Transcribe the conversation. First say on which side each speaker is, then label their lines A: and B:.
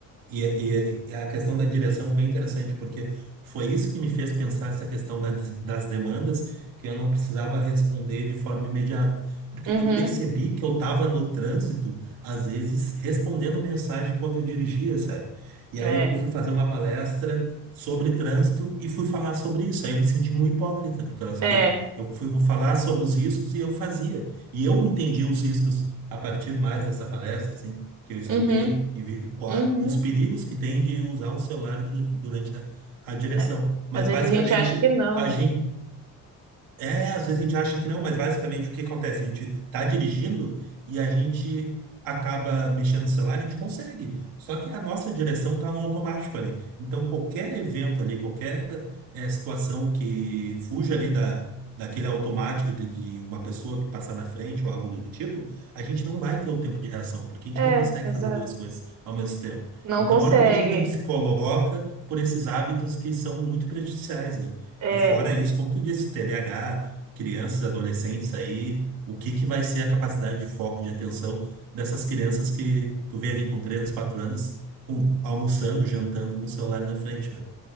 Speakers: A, on the right; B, on the right.
A: e, e- e a questão da direção é bem interessante, porque foi isso que me fez pensar essa questão da- das demandas, que eu não precisava responder de forma imediata porque
B: uhum,
A: eu percebi que eu estava no trânsito, às vezes, respondendo mensagem enquanto eu dirigia, sabe? E
B: é,
A: aí eu fui fazer uma palestra sobre trânsito e fui falar sobre isso. Aí eu me senti um hipócrita, por causa
B: é,
A: que eu fui falar sobre os riscos e eu fazia. E eu entendi os riscos a partir mais dessa palestra, assim, que eu estudei
B: uhum,
A: e vi qua-
B: uhum,
A: os perigos que tem de usar um celular du- durante a, a direção.
B: é.
A: Mas
B: Às vezes
A: basicamente
B: a gente acha que não,
A: a gente é, às vezes a gente acha que não, mas basicamente o que acontece? A gente tá dirigindo e a gente acaba mexendo no celular, a gente consegue. Só que a nossa direção tá no automático ali. Então qualquer evento ali, qualquer eh, situação que fuja ali da, daquele automático de que uma pessoa passar na frente ou algo do tipo, a gente não vai ter o tempo de reação, porque a gente
B: né?
A: não consegue
B: É, exato.
A: fazer duas coisas ao mesmo tempo.
B: Não
A: Então,
B: consegue.
A: olha o perigo que a gente se coloca por esses hábitos que são muito prejudiciais, né?
B: É.
A: E fora isso, como tu disse, TDAH, crianças, adolescentes aí, o que que vai ser a capacidade de foco, de atenção dessas crianças que tu vê ali com 3, 4 anos, com, almoçando, jantando com o celular na frente, né?